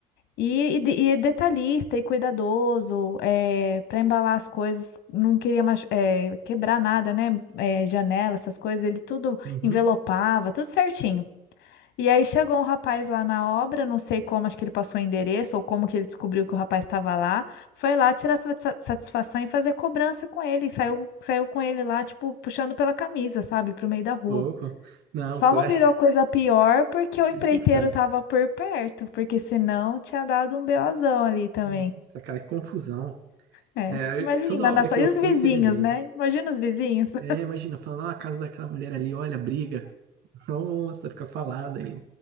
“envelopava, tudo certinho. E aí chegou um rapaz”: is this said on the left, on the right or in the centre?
Left